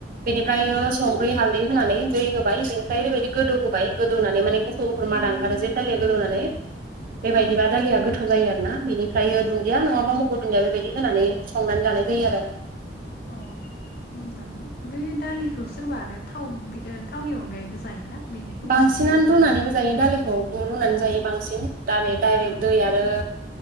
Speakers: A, on the right; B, on the left.
A: बिनिफ्रायो
B: औ
A: हालदै होनानै दै होबाय बेनिफ्राय ओरैबायदि गोदौ होबाय गोदौनानै माने गुफुर गफुर मादा ओंखारो जे दालिया गोदौनानै। बेबायदिबा
B: औ
A: दालिया गोथाव जायो आरो। ना बेनिफ्राय दुन्दिया नङाबा
B: औ
A: मगु दुन्दिया बेबायदि होनानै संनानै जानाय जायो आरो।
B: अह मोजाङानो। ओमफाय दालिखौ सोरबा आरो थाव बि थावनि अनगायैबो जायोना बिदिखौ
A: बांसिनानो
B: मादै संनाय बायदि
A: रुनानैबो जायो दालिखौ रुनानै जायो बांसिन दारे डाइरेक्ट
B: ओं
A: दैया आरो